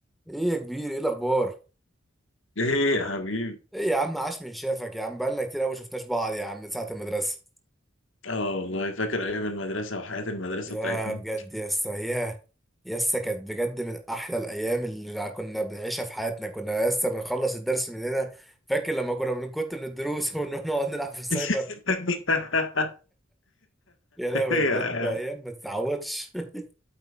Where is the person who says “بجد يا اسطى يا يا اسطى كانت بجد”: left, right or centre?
Centre